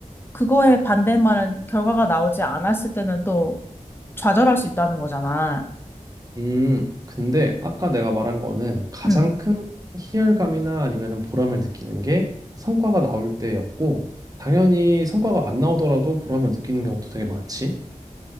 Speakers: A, on the left; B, on the right.
A: 그거에 반대말은 결과가 나오지 않았을 때는 또 좌절할 수 있다는 거잖아.
B: 음, 근데 아까 내가 말한 거는 가장
A: 음,
B: 큰 희열감이나 아니면은 보람을 느끼는 게 성과가 나올 때였고, 당연히 성과가 안 나오더라도 보람을 느끼는 경우도 되게 많지.